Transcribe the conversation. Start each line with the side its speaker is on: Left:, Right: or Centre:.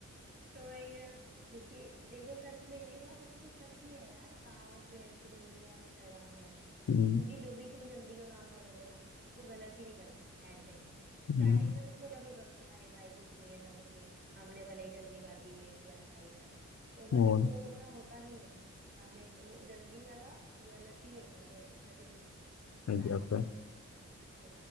Right: तो वही ना क्योंकि देखो सच में ये बात एकदम सच ही है यार कहावत जो है कि जल्दी का काम शैतान का होता है क्योंकि
Left: हम्म,
Right: जो भी तुम जल्दी का काम करोगे ना वो गलत ही निकलता है एट द एंड
Left: हम्म,
Right: स्टार्टिंग में तुमको लगेगा कि अरे भाई कुछ नहीं है, ऐसा कुछ नहीं हमने भले ही जल्दीबाजी में किया था ये सब तो बट
Left: और
Right: वो होता होता नहीं है हमें वो जल्दी वाला गलत ही होता है गलत ही निकलता है
Left: एग्जैक्टली
Right: लास्ट में जाके तो